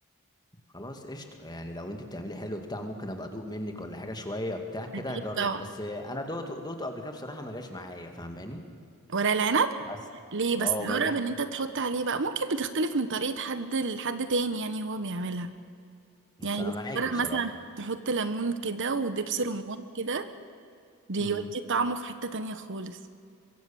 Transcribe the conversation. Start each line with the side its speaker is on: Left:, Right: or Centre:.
Left: خلاص قشطه يعني لو انت بتعملي حلو بتاع ممكن ابقى ادوق منك ولا حاجه شويه بتاع كده
Right: اكيد
Left: هجرب
Right: طبعا
Left: بس انا دوقته دوقته قبل كده بصراحه ما جاش معايا فاهماني
Right: ورق العنب
Left: بس
Right: ليه بس
Left: اه
Right: جرب
Left: ما
Right: ان انت تحط عليه بقى ممكن بتختلف من طريقه حد لحد تاني يعني هو بيعملها
Left: بس
Right: يعني
Left: انا
Right: بس
Left: معاكي
Right: جرب
Left: بصراحه
Right: مثلا تحط ليمون كده ودبس رمان كده بيودي
Left: امم
Right: طعمه في حته تانية خالص